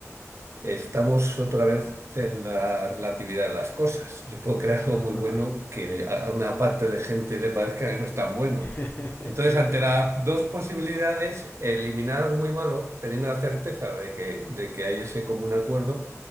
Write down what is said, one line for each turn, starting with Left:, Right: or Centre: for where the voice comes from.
Right: estamos otra vez en la relatividad de las cosas. Yo puedo crear algo
Left: Ajá.
Right: muy bueno que a una parte de gente le parezca que no es tan bueno.
Left: <laughs>
Right: Entonces,
Left: Sí,
Right: ante
Left: exacto.
Right: las dos posibilidades, eliminar algo muy malo, teniendo la certeza de que, de que hay ese común acuerdo,